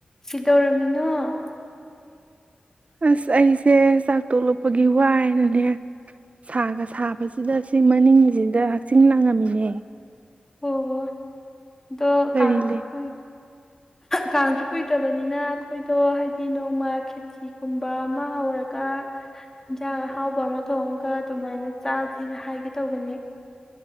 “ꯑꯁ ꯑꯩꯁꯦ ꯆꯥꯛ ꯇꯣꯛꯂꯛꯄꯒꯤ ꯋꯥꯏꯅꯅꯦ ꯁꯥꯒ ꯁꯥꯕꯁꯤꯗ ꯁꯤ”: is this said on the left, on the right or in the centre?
Right